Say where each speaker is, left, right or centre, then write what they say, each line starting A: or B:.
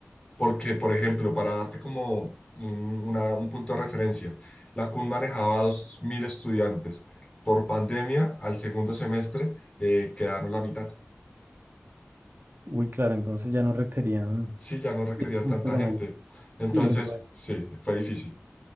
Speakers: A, on the left (about 25°); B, on the right (about 55°).
A: porque, por ejemplo, para darte como un, una- un punto de referencia, la CUN manejaba 2.000 estudiantes. Por pandemia, al segundo semestre, eh, quedaron la mitad.
B: Uy, claro, entonces ya no requerían
A: Sí, ya no
B: sí,
A: requerían
B: un
A: tanta
B: problema
A: gente.
B: ya.
A: Entonces,
B: Sí, lo que pasa,
A: sí, fue difícil.